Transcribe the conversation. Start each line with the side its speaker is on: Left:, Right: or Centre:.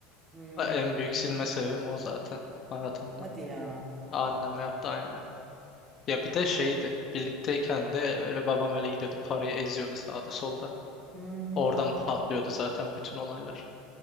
Right: Hmm,
Left: E, En büyük silme sebebim o zaten hayatımda.
Right: hadi ya.
Left: Anneme yaptı aynı. Ya bir de şeydi. Birlikteyken de öyle babam öyle gidiyordu parayı eziyordu sağda solda.
Right: Hmm.
Left: Oradan patlıyordu zaten bütün olaylar.